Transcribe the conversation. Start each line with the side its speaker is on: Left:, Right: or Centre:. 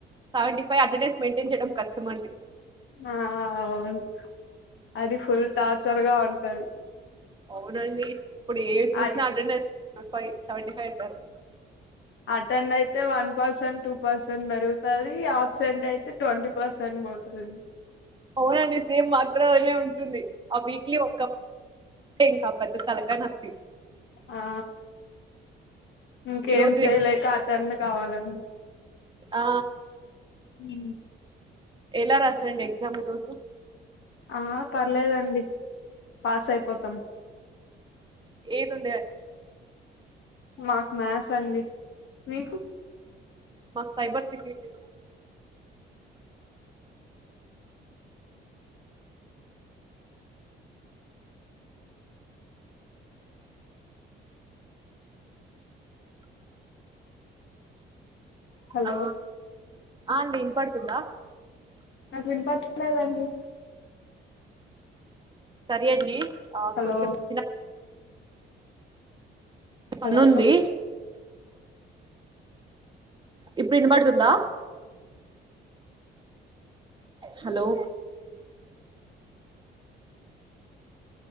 Right: seventy five attendance maintain చేయడం కస్టమ్ అండి
Left: ఆ అవును అది ఫుల్ టార్చర్ గా ఉంటది
Right: అవునండి ఇప్పుడు ఏ చూసినా
Left: అ
Right: అటెండెన్ ఫైవ్ సథవంటీ ఫైవ్ అంటారు
Left: అటెండ్ అయితే వన్ పర్సెంట్ టూ పర్సెంట్ పెరుగుతుది ఆప్సెంట్ అయితే ట్వంటీ పర్సెంట్ పోతుది
Right: అవునండి సేమ్ మాక్కూడా అలానే ఉంటుంది ఆ వీక్లీ ఒక ఇంక పెద్ద తలకాయ నొప్పి
Left: ఆ ఇంకేం
Right: ఈ రోజు
Left: చెయ లేక టన్ కావాలండి
Right: ఆ
Left: మ్
Right: ఎలా రాస్తారండి ఎగ్జామ్ ఈ రోజు
Left: ఆ పర్లేదండి పాస్ అయిపోతాం
Right: ఏదు ఉండే అండి
Left: మాకు మ్యాస్ అండి మీకు
Right: మాకు సైబర్ సెక్యూరిటీ
Left: హలో
Right: ఆ అండి వినపడుతుందా
Left: నాకు వినపట్టలేదండి
Right: సరే అండి ఆ
Left: హలో
Right: కొంచెం చిన్న పనుంది
Left: హలో
Right: ఇప్పుడు ఇనపడుతుందా హలో